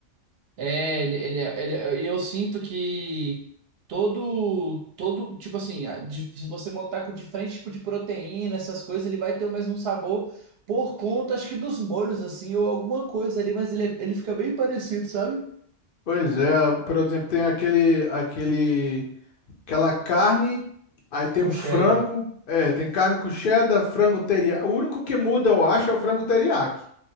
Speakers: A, on the right; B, on the left.
A: É, ele, ele, é- ele, é- eu sinto que todo, todo, tipo assim, a- de- se você montar com diferente tipo de proteína, essas coisas, ele vai ter o mesmo sabor por conta, acho que dos molhos, assim, ou alguma coisa ali, mas ele, é- ele fica bem parecido, sabe?
B: Pois é, por exemplo, tem aquele aquele aquela carne, aí tem
A: Com
B: um
A: cheddar.
B: frango, é, tem carne com cheddar, frango teriyaki. O único que muda, eu acho, é o frango teriyaki.